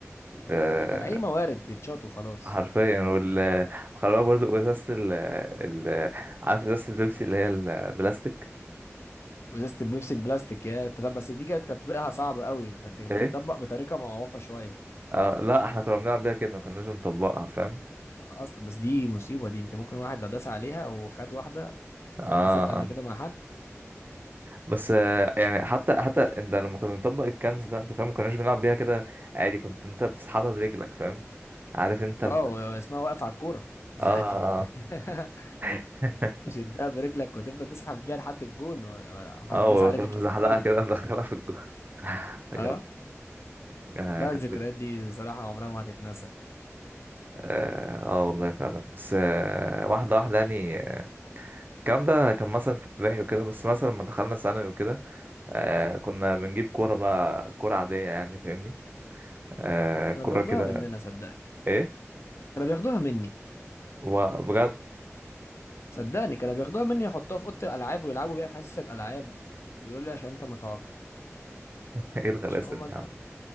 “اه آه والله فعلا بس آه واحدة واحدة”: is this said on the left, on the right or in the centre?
Right